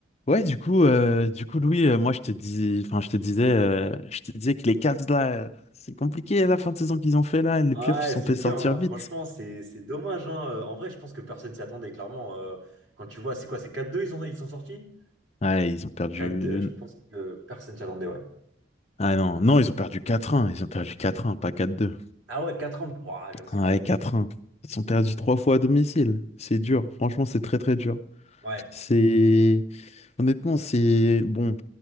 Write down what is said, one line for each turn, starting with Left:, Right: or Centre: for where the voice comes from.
Left: Ouais, du coup, euh, du coup, Louis, euh, moi, je te dis, enfin, je te disais, euh, je te disais que les Cavs là, euh, c'est compliqué la fin de saison qu'ils ont fait là. Les
Right: Ouais,
Left: playoffs, ils se sont
Right: c'est
Left: fait
Right: dur,
Left: sortir
Right: hein.
Left: vite.
Right: Franchement, c'est c'est dommage, hein. Euh, En vrai, je pense que personne s'y attendait, clairement. euh, quand tu vois, c'est quoi, c'est quatre deux. ils ont, ils sont sortis?
Left: Ouais, ils ont perdu.
Right: quatre deux. je pense que personne s'y attendait, ouais.
Left: Ah non, non, ils ont perdu quatre 1 Ils ont perdu quatre 1 pas 4-2.
Right: Ah ouais, 4 ans, ouah, j'avoue, c'est
Left: Ouais,
Right: dur.
Left: quatre 1 Ils ont perdu trois fois à domicile. C'est dur. Franchement, c'est très très dur.
Right: Ouais,
Left: C'est Honnêtement, c'est bon.